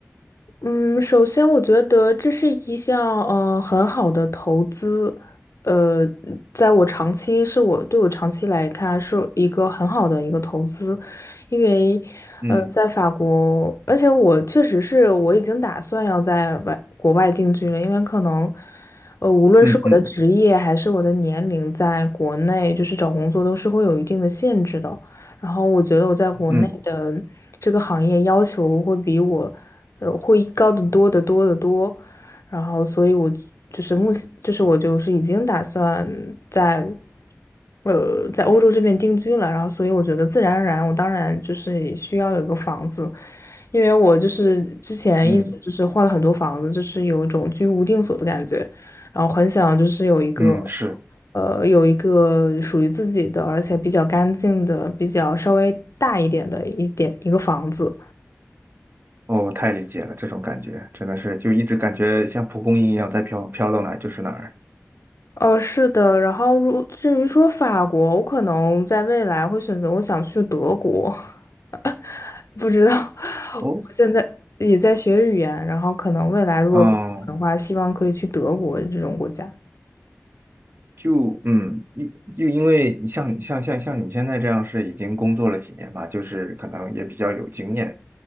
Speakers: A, on the left; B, on the right.
A: 嗯，首先我觉得这是一项呃很好的投资，呃，在我长期是我对我长期来看是一个很好的一个投资，因为呃在法国，
B: 嗯
A: 而且我确实是我已经打算要在外国外定居了，因为可能呃无论是我的职业还是我的年龄，
B: 嗯嗯
A: 在国内就是找工作都是会有一定的限制的。然后我觉得我在国内的这个行业要求会比我，
B: 嗯
A: 呃，会高得多得多得多。然后，所以我就是目前，就是我就是已经打算在，呃，在欧洲这边定居了。然后，所以我觉得自然而然，我当然就是需要有个房子，因为我就是之前一直就是换了很多房子，
B: 嗯
A: 就是有一种居无定所的感觉。然后很想就是有一个，
B: 嗯，是。
A: 呃，有一个属于自己的，而且比较干净的，比较稍微大一点的一点一个房子。
B: 哦，我太理解了，这种感觉真的是就一直感觉像蒲公英一样在飘，飘到哪儿就是哪儿。
A: 呃，是的。然后如至于说法国，我可能在未来会选择我想去德国，<laughs> 不知道。我现在也在学语言，
B: 哦，
A: 然后可能未来如果可能的话，
B: 嗯，
A: 希望可以去德国这种国家。
B: 就嗯，因就因为像你像像像你现在这样是已经工作了几年嘛，就是可能也比较有经验。